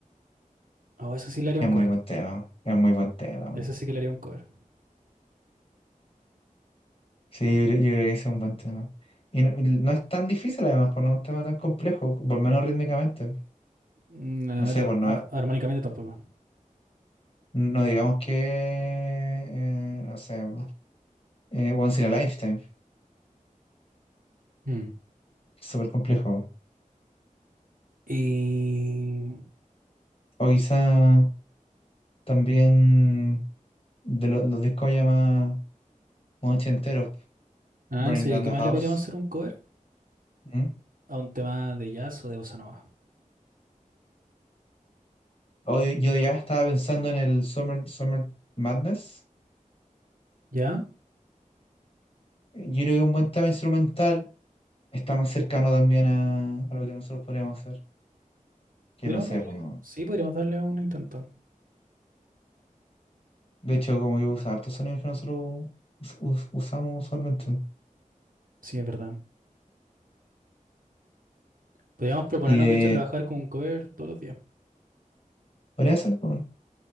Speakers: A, on the right; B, on the left.
A: Oh, eso sí le haría
B: Es
A: un cover.
B: muy buen tema. Es muy buen tema.
A: Eso sí que le haría un cover.
B: Sí, yo creo, yo creo que ese es un buen tema. Y no, no es tan difícil además, pues no es un tema tan complejo, por lo menos rítmicamente.
A: Mm, eh,
B: No sé,
A: ar-
B: pues no,
A: ar-
B: es-
A: armónicamente tampoco.
B: no digamos que, eh, no sé, eh, Once in a Lifetime, que
A: Mm.
B: es súper complejo.
A: Y...
B: O quizá también de lo- los discos ya más, más ochenteros,
A: Ah,
B: Burning
A: eso,
B: Down
A: ¿y ¿qué
B: the
A: más
B: House.
A: le podríamos hacer un cover?
B: ¿Mm?
A: A un tema de jazz o de bossa nova.
B: O yo ya estaba pensando en el Summer, Summer Madness.
A: ¿Ya?
B: Yo creo que un buen tema instrumental está más cercano también a, a lo que nosotros podríamos hacer. que
A: Podríamos
B: no sé,
A: darle...
B: pues, no.
A: Sí, podríamos darle un intento.
B: De hecho, como yo uso hartos sonidos que nosotros us- us- usamos usualmente.
A: Sí, es verdad. Podríamos proponernos,
B: Y de.
A: de hecho, trabajar con un cover todos los días.
B: Podría ser, pues. bueno.